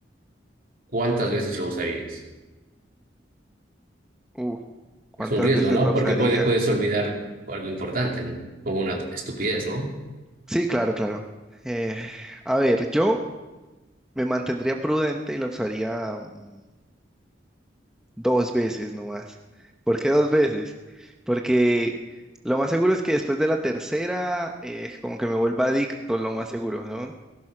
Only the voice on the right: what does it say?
¿Cuántas veces lo usarías?
Es un riesgo,
¿no?
Porque
puede, puedes olvidar algo importante, ¿no? como una estupidez, ¿no?